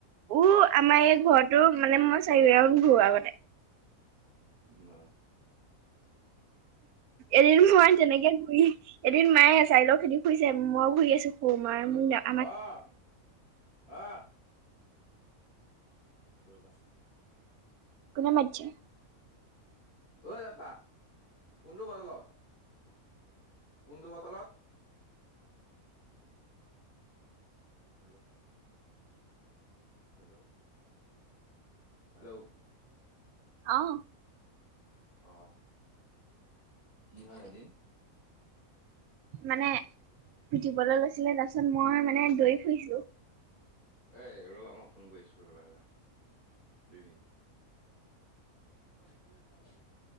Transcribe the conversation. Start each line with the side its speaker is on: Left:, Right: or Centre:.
Right: উ আমাৰ এই ঘৰতো মানে মই চাৰিওৰাউণ্ড ঘূৰো আগতে।
Left: অ <inaudible>
Right: এদিন মই তেনেকে ঘূৰি এদিন মায়ে এছাৰি লৈ ঘূৰি ফুৰিছে মইও ঘুৰি আছো মোৰ <inaudible>
Left: আহ আহ ৰবা।
Right: কোনে মাতিছে
Left: ঐ যা কোনটো বটলত। কোনটো বটলত। হেল্ল'। হেল্ল'। হেল্ল'।
Right: অ'।
Left: অ কি হ'ল এদিন
Right: মানে পিটিবলৈ লৈছিলে তাৰ পিছত মই মানে দৌৰি ফুৰিছিলো।
Left: এ ৰবা মই ফোন কৰিছো ৰবা ৰবা দুই মিনিট। <unintelligible>